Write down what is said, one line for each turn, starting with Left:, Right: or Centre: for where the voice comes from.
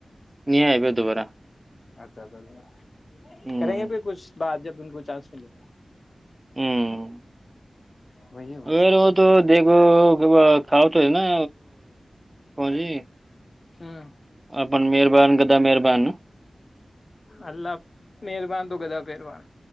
Right: نہیں آ پ دوبارہ
Left: اچھا اچھا اچھا
Right: ہوں
Left: کریں گے پھر کچھ بات جب ان کچھ چانس ملے گا
Right: ہوں
Left: وہی اور
Right: اگر
Left: کیا
Right: وہ تو دیکھ کھ تو ہے نا وہ جی
Left: ہاں
Right: اپن مہربان گدا مہربان
Left: اللہ مہربان تو گدا پہربان